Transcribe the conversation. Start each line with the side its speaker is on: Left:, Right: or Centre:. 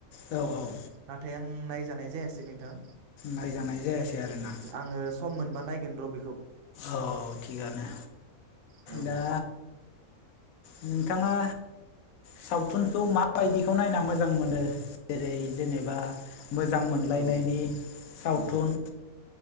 Left: औ औ
Right: नाथाय आं नायजानाय जायासै नोंथां।
Left: नायजानाय जायासै आरोना
Right: आङो सम मोनबा नायगोन र' बेखौ।
Left: औ थिगानो
Right: औ
Left: दा नोंथाङा सावथुनखौ माबायदिखौ नायना मोजां मोनो? जेरै- जेनेबा मोजां मोनलायनायनि
Right: औ
Left: सावथुन
Right: औ